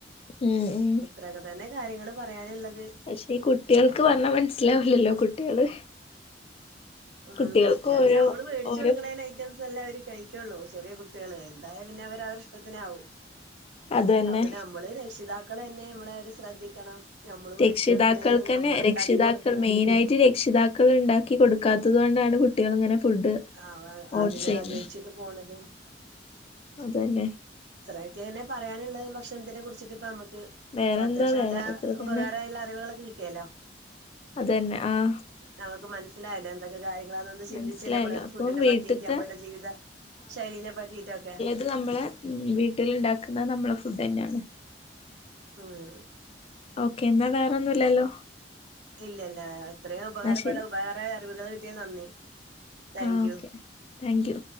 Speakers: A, on the left; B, on the right.
A: ഉം ഉം
B: എത്ര.... അതന്നെ കാര്യങ്ങള് പറയാന്ള്ളത്.
A: പക്ഷെ ഈ കുട്ടികൾക്ക് പർഞ്ഞാ മൻസ്സിലാവൂല്ലൊ. കുട്ടികള്
B: ഉം.
A: കുട്ടികൾക്ക്
B: കുട്ടി അത്
A: ഓരോ
B: അമ്മള് വേടിച്ചൊ
A: ഓരോ
B: ട്ക്ക്ണേന് ഐറ്റംസ് എല്ലാം അവര് കഴി.... ക്കൊള്ളൂ ചെറിയ കുട്ടികള്. വെൽതായ പിന്നെ അവര് അവരെ ഇഷ്ടത്തിനാവും.
A: അതന്നെ
B: അപ്പൊ നമ്മള് രക്ഷിതാക്കളെന്നെ അമ്മളെ അവരെ ശ്രദ്ധിക്കണം. നമ്മള് മേടിച്ചു
A: രക്ഷിതാക്കൾക്കെന്നെ
B: കൊടുക്കണേലും നമ്മള്
A: രക്ഷിതാക്കൾ
B: ഉണ്ടാക്കി കൊടുക്കണം.
A: മെയിനായിട്ട് രക്ഷിതാ.... ക്കൾ ണ്ടാക്കി കൊടുക്കാത്തത് കൊണ്ടാണ് കുട്ടികൾ ഇങ്ങനെ ഫുഡ്
B: ആഹ് വാഹ്
A: ഓർഡർ
B: അതിനെ
A: ചെയ്യുന്നത്
B: ആഗ്രഹിച്ചിട്ട് പോണതും
A: അതെന്നെ.
B: ഇത്രയൊക്കെ തന്നെ പറയാന്ള്ളത്. ഭക്ഷണത്തിനെ കുറിച്ചിട്ട് ഇപ്പ അമ്മക്ക്
A: വേറെന്താ
B: ഇപ്പൊ അത്യാവശ്യം
A: വേറെ
B: നല്ല
A: അത്ര
B: ഉപകാരായുള്ള
A: തന്നെ
B: അറിവുകളൊക്കെ കിട്ടിയല്ലൊ.
A: അതെന്നെ. ആഹ്
B: നമുക്ക് മൻസ്.... അല്ലെ അതിൻ്റെ എന്തൊക്കെ കാര്യങ്ങളണൊന്ന് ചിന്തിച്ചില്ലെ
A: മനസ്സിലായല്ലോ
B: നമ്മള്.
A: അപ്പം
B: ഫുഡിനെ
A: വീട്ടിത്തെ
B: പറ്റിയിട്ട് അമ്മളുടെ ജീവിത ശൈലീനെ പറ്റിട്ടൊക്കെ.
A: ത് നമ്മളെ വീട്ട്ല് ണ്ടാക്ക്ന്ന നമ്മളെ ഫുഡെന്നേണ്.
B: ഉം
A: ഓക്കെ എന്നാ വേറൊന്നും ഇല്ലല്ലൊ
B: ഇല്ല ഇല്ല ഇത്രയും ഉപകാരപ്പെടും
A: ശരി
B: ഉപകാരായ അറിവുകള് കിട്ടിയത് നന്ദി thank
A: ആഹ്
B: you
A: okay thank you